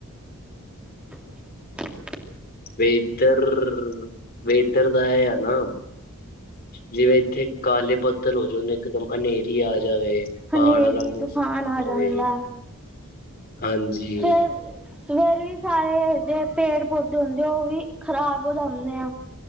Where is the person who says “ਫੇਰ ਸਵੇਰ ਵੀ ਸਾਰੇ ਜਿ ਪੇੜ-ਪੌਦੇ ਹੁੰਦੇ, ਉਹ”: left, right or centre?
Centre